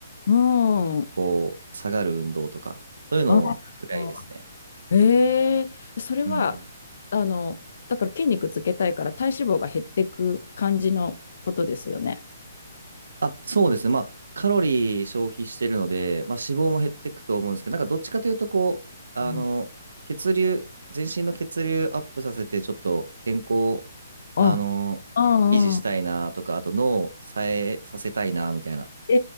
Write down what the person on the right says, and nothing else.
こう、下がる運動とか、そういうのぐらいですね。
うんうん。
あ、そうですね。まあ、カロリー消費してるので、まあ、脂肪も減っていくと思うんですけど、なんか、どっちかというと、こう、あの、
血流、全身の血流アップさせて、ちょっと健康、
あの、
維持したいなとか、
あと脳を冴えさせたいなみたいな